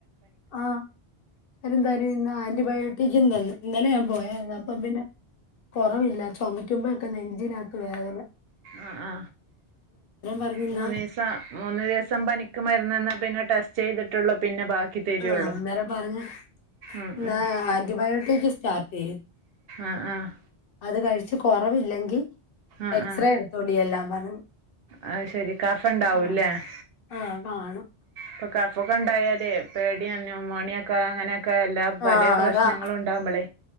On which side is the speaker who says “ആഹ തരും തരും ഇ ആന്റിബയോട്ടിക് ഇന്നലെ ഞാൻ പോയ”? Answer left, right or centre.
Left